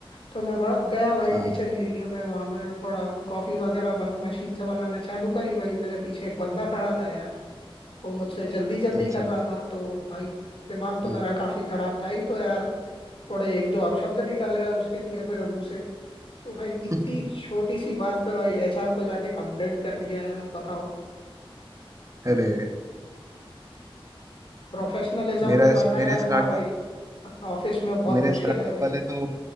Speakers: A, on the left; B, on the right.
A: तो मैं बड़ा गया भाई
B: हाँ
A: किचन एरिया में वहां मैंने थोड़ा कॉफी वगैरह बन, मशीन से बनाना चालू करी भाई मेरे पीछे एक बंदा खड़ा था वो मुझसे जल्दी जल्दी
B: अच्छा
A: कर रहा था तो भाई दिमाग तो
B: हम्म।
A: मेरा काफी खराब था ही तो यार थोड़े एक दो अपशब्द निकल गए उसके लिए मेरे मुंह से तो भाई इतनी
B: <laughs>
A: छोटी सी बात पे भाई एचआर को जाके कंप्लेंट कर दिया यार बताओ
B: अरे
A: प्रोफेशनलिज्म
B: मेरा
A: भी बनाए
B: मेरे
A: रखना
B: स्टार्टअप
A: भाई ऑफिस में बहुत
B: मेरे
A: मुश्किल
B: स्टार्टअप
A: है भाई
B: वाले तो